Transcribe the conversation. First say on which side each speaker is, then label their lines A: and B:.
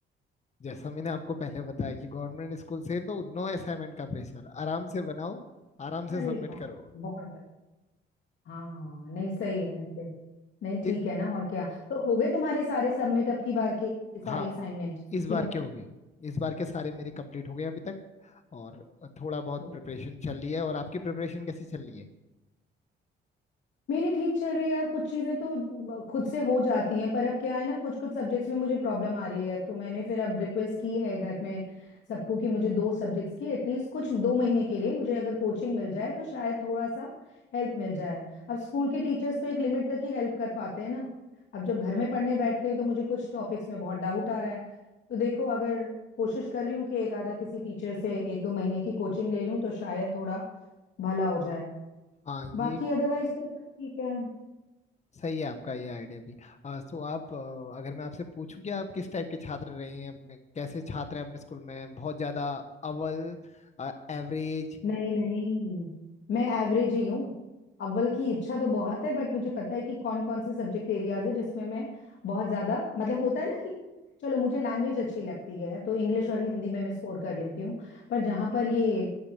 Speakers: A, on the left (about 35°); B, on the left (about 65°).
A: जैसा मैंने आपको पहले बताया कि गवर्नमेंट स्कूल से तो नो असाइनमेंट का प्रेशर आराम से बनाओ आराम
B: अरे
A: से सबमिट
B: वाह
A: करो
B: बहुत हाँ नहीं सही है वैसे नहीं ठीक
A: ये
B: है ना और क्या तो हो गए तुम्हारे सारे सबमिट अब की बार के
A: हाँ
B: सारी असाइनमेंट
A: इस बार
B: की
A: के हो गए इस बार के सारे मेरे कंप्लीट हो गए अभी तक और थोड़ा बहुत
B: बात
A: प्रिपरेशन चल रही है और आपकी प्रिपरेशन कैसी चल रही है
B: मेरी ठीक चल रही है यार कुछ चीजें तो ब- खुद से हो जाती हैं पर अब क्या है ना कुछ कुछ सब्जेक्ट्स में मुझे प्रॉब्लम आ रही है तो मैंने फिर अब रिक्वेस्ट की है घर में सबको कि मुझे दो सब्जेक्ट्स की एटलीस्ट कुछ दो महीने के लिए मुझे अगर कोचिंग मिल जाए तो शायद थोड़ा सा हेल्प मिल जाए अब स्कूल के टीचर्स तो एक लिमिट तक ही हेल्प कर पाते हैं ना अब जब घर में पढ़ने बैठते हैं तो मुझे कुछ टॉपिक्स में बहुत डाउट आ रहा है तो देखो अगर कोशिश कर रही हूँ कि एक आधा किसी टीचर से एक दो महीने की कोचिंग ले लूँ तो शायद थोड़ा भला हो जाए
A: हाँ
B: बाकी
A: ये
B: अदरवाइज तो सब ठीक है
A: सही है आपका ये आइडिया भी आ, तो आप अ, अगर मैं आपसे पूछूं कि आप किस टाइप के छात्र रहे हैं अपने कैसे छात्र हैं अपने स्कूल में बहुत ज्यादा अव्वल एवरेज
B: नहीं नहीं मैं एवरेज ही हूँ अव्वल की इच्छा तो बहुत है बट मुझे पता है कि कौन कौन से सब्जेक्ट एरियाज है जिसमें मैं बहुत ज्यादा मतलब होता है ना कि चलो मुझे लैंग्वेज अच्छी लगती है तो इंग्लिश और हिंदी में मैं स्कोर कर लेती हूँ पर जहाँ पर ये